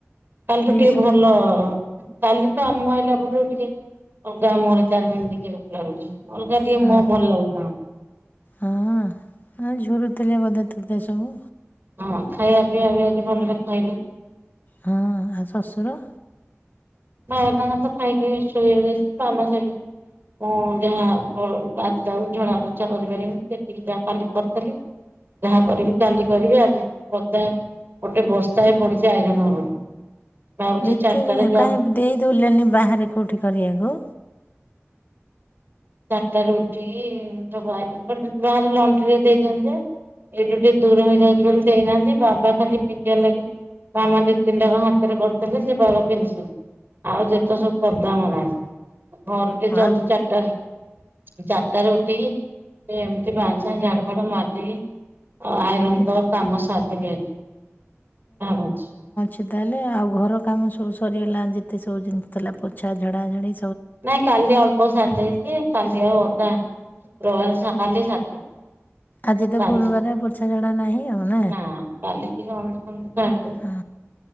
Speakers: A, on the right; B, on the left.
A: କାଲି ଠୁ
B: ଦେହ
A: ଟିକେ
B: ସୁଖୀ
A: ଭଲ କାଲି ତ ଆ ମୁଁ ଆଇଲା ପଟରୁ ଟିକେ ଅଗା ମୋର ଚାରିମିନ ଟିକେ ରହୁଚି ଅଲଗା ଟିକେ
B: ହଁ
A: ମୋ ଭଲ ଲାଗୁ <unintelligible>
B: ହଁ ହଁ ଝୁରୁଥିଲେ ବୋଧେ ତତେ ସବୁ।
A: ହଁ ଖାଇଆ ପିଇବା ବି ଆଜି ଭଲରେ ଖାଇଲି।
B: ହଁ ଆ ଶଶୁର?
A: ବାବା ତାଙ୍କର ତ ଖାଇକି ଶୋଇ ବାକୁ ଯାଇଛି ମାମା <unintelligible> ମୁଁ ଯାହା ଯଉ ମୋ <unintelligible> ଝଡା ପୋଛା କରିପାରିବିନି ସେତିକି ଯାହା କାଲି କରିଥିଲି। ଯାହା କରିବି କାଲି କରିବି ଆଜି ପଦା ଗୋଟେ ବସ୍ତା ଏ ପଡିଚି ଆଇରନ ହବ ଭାବୁଚି
B: ଏତେ
A: ଚାରିଟାରେ
B: ଯାଏଁ
A: ଯଅ
B: କାହିଁ ଦେଇ ଦୋଉଲେନି ବାହାରେ କୋଉଠି କରିବାକୁ।
A: ଚାରିଟାରୁ ଉଠିକି ସବୁ ଆଇରନ ଫାଇରନ ବାହରେ ଲଣ୍ଡ୍ରି ରେ ଦେଇ ଦିଅନ୍ତି ଯେ ଏଇଠୁ ଟିକେ ଦୂର ହେଇଯାଉଛି ବୋଲି ଦେଇନାହାନ୍ତି ବାବା ଖାଲି ପିନ୍ଧିବା ଲାଗି ମାମା ଦି ତିନିଟା ଙ୍କ ହାତରେ କରିଥିଲେ ସେ ବାବା ପିନ୍ଧିଛନ୍ତି। ଆଉ ଯେତେ ସବୁ ପଦାମରା ଘର ଟେ ଜଲଦି
B: ଆଉ
A: ଚାରିଟାରେ ଚାରିଟାରେ ଉଠିକି ଏମିତି ବାଁ ସା ଝାଡୁ ଫାଡୁ ମାରିଦେଇକି ଅ ଆଇରନ୍
B: ଏ-
A: ତ କାମ ସାରିଦେବି ଆ ଭାବୁଚି।
B: ସେ ତାହେଲେ ଆଉ ଘର କାମ ସବୁ ସରିଗଲା ଯେତେ ସବୁ ଜିନି ଥିଲା ପୋଛା ଝଡ଼ା ଝଡ଼ି
A: ନାଇଁ କାଲି ଅଳ୍ପ ସାରିଦେଇଛି କାଲି ଆଉ ଅଧା ଶୁକ୍ରବାର ସ କାଲି ସାରିଦେବି।
B: ଆଜି ତ
A: କାଲି
B: ଗୁରୁବାରେ ପୋଛାଝଡା ନାହିଁ ଆଉ ନା।
A: ନା କାଲିକି ଅନ୍ଧୁ ଫନ୍ଦୁ ଝଡିଦବୁ
B: ହଁ